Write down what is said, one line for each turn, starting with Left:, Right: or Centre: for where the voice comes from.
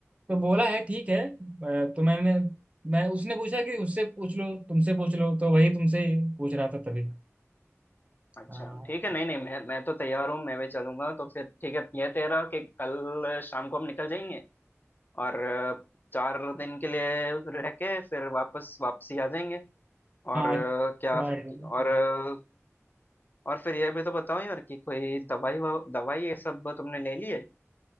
Right: तो बोला है ठीक है अ, तो मैंने मैं उसने पूछा कि उससे पूछ लो तुमसे पूछ लो तो वही तुमसे ही पूछ रहा था तभी
Left: अच्छा
Right: हाँ
Left: ठीक है नहीं नहीं मैं मैं तो तैयार हूँ मैं भी चलूंगा तो फिर ठीक है यह तय रहा कि कल शाम को हम निकल जाएंगे और अ, चार दिन के लिए रह के फिर वापस वापसी आ जाएंगे और
Right: हाँ
Left: अ,
Right: क्या
Left: क्या
Right: करूं?
Left: और
Right: हाँ
Left: अ, और फिर यह भी तो बताओ यार कि कोई दवाई वा- दवाई ये सब तुमने ले ली है